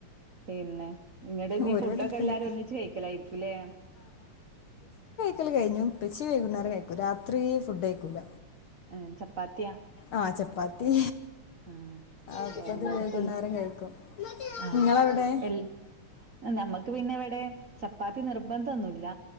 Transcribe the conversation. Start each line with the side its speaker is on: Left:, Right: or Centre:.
Right: പിന്നെ ഇങ്ങട്നി
Left: ഓര്
Right: ഫുഡൊക്കെ
Left: ഇവിടെ ഇരിക്കണ്ട്
Right: എല്ലാരും ഒന്നിച്ച് കയിക്കലായിരിക്കൂലേ
Left: ഡ് കഴിഞ്ഞു പെച്ചി വൈകുന്നേരം കഴിക്കും രാത്രി ഫുഡ് കഴിക്കൂല
Right: ഏ ചപ്പാത്തിയാ
Left: ആഹ് ചപ്പാത്തി
Right: ഉം
Left: അപ്പത്
Right: എല്ലാ എല്ലായിടത്തും
Left: വൈകുന്നേരം കഴിക്കും
Right: ആഹ്
Left: നിങ്ങളവിടെ
Right: എൽ നമ്മക്ക് പിന്നെ ഇവിടെ ചപ്പാത്തി നിർബന്ധൊന്നുല്ല